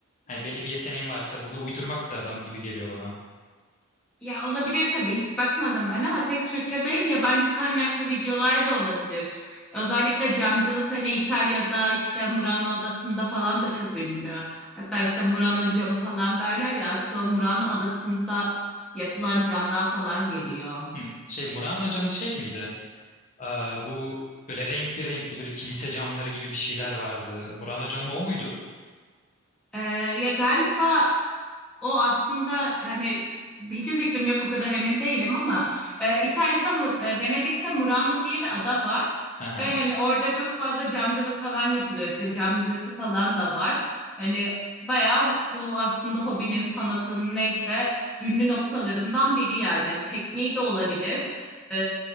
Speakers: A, on the left; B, in the centre.
A: hani belli bir yeteneğin varsa bunu uydurmak da bana gibi geliyor bana.
B: Ya olabilir tabii hiç bakmadım ben ama tek Türkçe değil yabancı kaynaklı videolar da olabilir. Özellikle camcılık hani İtalya'da işte Murano Adası'nda falan da çok ünlü. Hatta işte Murano camı falan derler ya aslında o Murano Adası'nda yapılan camdan falan geliyor.
A: Hı. Şey Muran Hoca'nın şey miydi? Aa, bu böyle renkli renkli böyle kilise camları gibi bir şeyler vardı. Muran Hoca'nın o muydu?
B: Ee, ya galiba O aslında hani hiçbir fikrim yok o kadar emin değilim ama e, İtalya'da Mur- e, Venedik'te Murano diye bir ada var
A: Hı hı.
B: ve hani orada çok fazla camcılık falan yapılıyor işte cam müzesi falan da var. Hani bayağı bu aslında hobinin sanatın neyse ünlü noktalarından biri yani hani tekniği de olabilir. e,